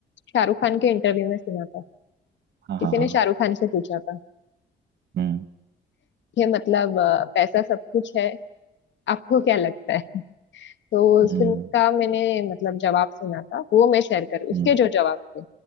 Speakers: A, on the left; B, on the right.
A: शाहरुख खान के इंटरव्यू में सुना था
B: हाँ
A: किसी
B: हाँ
A: ने
B: हाँ,
A: शाहरुख खान से पूछा था
B: हम्म
A: ये मतलब अ, पैसा सब कुछ है आपको क्या लगता है तो
B: हम्म
A: उसका मैंने मतलब जवाब सुना था वो मैं शेयर कर उसके
B: हम्म
A: जो जवाब थे